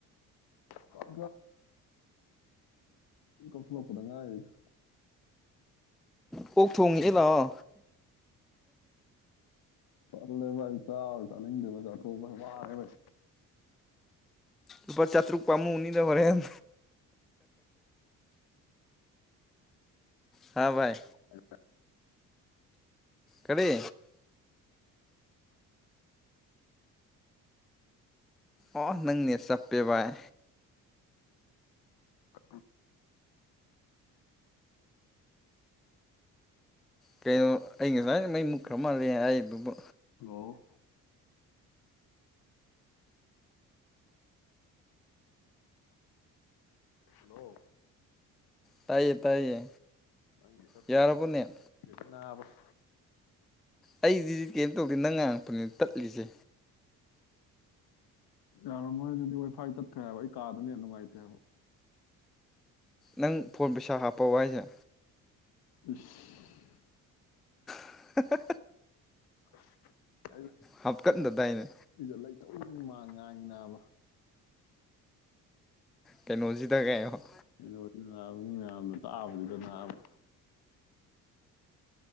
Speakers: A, on the left; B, in the centre.
A: ꯇꯝ ꯀꯞꯗꯉ
B: ꯀꯣꯛ ꯊꯣꯡꯉꯦ ꯂꯥꯛꯑꯣ
A: ꯆꯂꯦꯚꯥꯏ ꯆꯥꯎ ꯆꯂꯤꯗꯕ ꯆꯊ ꯋꯥ
B: ꯂꯨꯄꯥ ꯆꯥꯇ꯭ꯔꯨꯛ ꯄꯥꯝꯃꯨꯅꯤꯗ ꯍꫭꯔꯦꯟ꯫ ꯍꯥꯥ ꯕꯥꯏ꯫
A: ꯫
B: ꯀꯔꯤ꯫ ꯑꯣ ꯅꯪꯅ‌ꯦꯠ ꯆꯞꯄꯦ ꯕꯥꯏ꯫
A: ꯫
B: ꯀꯩꯅꫭ ꯑꯩ ꯉꯁꯥꯏ꯫ ꯃꯩ ꯃꯨꯛꯈ꯭ꯔ ꯃꯥꯜꯂꯦ ꯑꯩꯗꯨꯕꯨ꯫
A: ꯍꯜꯂꯣ ꯍꯜꯂꯣꯕꯣ꯫
B: ꯇꯥꯏꯌꯦ ꯇꯥꯏꯌꯦ꯫
A: ꯅꯪꯒꯤꯆꯞ
B: ꯌꯥꯔꯕꯅꯦ
A: ꯑꯩ ꯗ‌ꯦꯅꯕ꯫ ꯫
B: ꯑꯩꯗꯤꯗꯤ ꯀꯩꯝ ꯇꯧꯗꯦ ꯅꯪ ꯉꯥꯡꯉꯛꯄꯅ‌ꯦ ꯇꯠꯂꯤꯁꯦ꯫
A: ꯌꯥꯔꯝꯃꯔꫭꯏ ꯑꯗꯨꯗꯤ ꯋꯥꯏꯐꯥꯏ ꯇꯠꯈ꯭ꯔꯦ ꯍꯥꯏꯕ ꯑꯩ ꯀꯥꯗꯅ ꯅ‌ꯦꯠ ꯅꯨꯡꯉꯥꯏꯇꯦ ꯍꯥꯏꯕ꯫
B: ꯅꯪ ꯐꯣꯟ ꯄꯩꯁꯥ ꯍꯥꯞꯄꯕꫭ ꯍꯥꯏꯁꯦ꯫
A: ꯏꯁ꯫
B: ꯫
A: ꯫ ꯑꯩ
B: ꯍꯥꯞꯀꯟꯗꯗꯥꯏꯅꯦ
A: ꯏꯖꯠꯂꯩꯇꯕꯩ ꯃꯥꯡꯉꯦ꯫ ꯉꯥꯛꯉꯤꯅꯥꯕ꯫
B: ꯀꯩꯅꫭ ꯁꯤꯗ ꯀꯩꯍꯥꯏꯅꫭ꯫
A: <unintelligible> ꯑꯩ ꯇꯥꯕꯁꯤꯗ ꯅꯥꯕ꯫